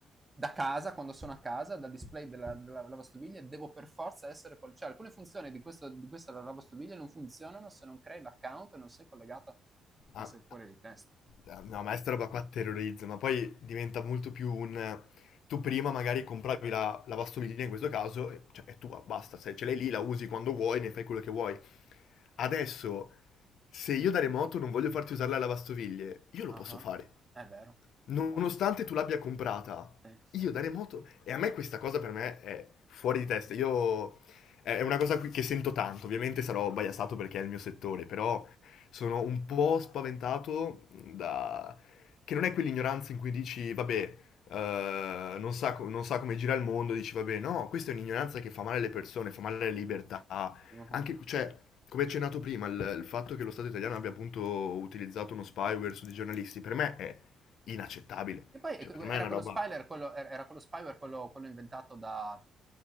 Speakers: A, on the right; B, on the left.
A: da casa, quando sono a casa, dal display della, della lavastoviglie, devo per forza essere col... Cioè alcune funzioni di, questo- di questa lavastoviglie non funzionano se non crei l'account e non sei collegato, ma
B: Ah,
A: sei fuori di testa.
B: ah, no, ma sta roba qua terrorizza, ma poi diventa molto più un... Tu prima magari compravi la la lavastoviglie in questo caso, e- cioè è tua, basta, se ce l'hai lì la usi quando vuoi, ne fai quello che vuoi. Adesso, se io da remoto non voglio farti usare la lavastoviglie, io lo
A: Ah,
B: posso
A: ah.
B: fare.
A: È vero,
B: Nonostante
A: è vero.
B: tu l'abbia comprata,
A: Sì, sì,
B: io da
A: sì.
B: remoto... E a me questa cosa per me è fuori di testa. Io... È una cosa qui- che sento tanto, ovviamente sarò biasato perché è il mio settore, però sono un po' spaventato da... che non è quell'ignoranza in cui dici, vabbè, eh, non sa, co- non sa come gira il mondo, dici, vabbè, no, questa è un'ignoranza che fa male alle persone, fa male alle libertà.
A: Mhm.
B: Anche, cioè, come accennato prima, il, il fatto che lo Stato italiano abbia appunto utilizzato uno spyware su dei giornalisti, per me è inaccettabile.
A: Che poi ecco,
B: Cioè, per
A: era
B: me è una
A: quello
B: roba
A: spyware, quello, era quello, spyware, quello, quello inventato da...